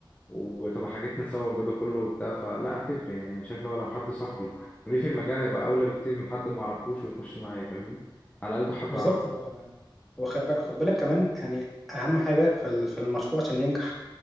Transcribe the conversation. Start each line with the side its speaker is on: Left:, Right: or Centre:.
Left: وتبقى حاجتنا سوا والجو ده كله وبتاع فلا هتفرق يعني انا شايف لو لو حد صاحبي وليه في المجال هيبقى اولى بكتير من حد ما اعرفوش ويخش معايا فاهمني على الاقل ده حد
Centre: بالظبط
Left: اعرفه
Centre: هو هو خد بالك خد بالك كمان يعني اهم حاجه في ال- في المشروع عشان ينجح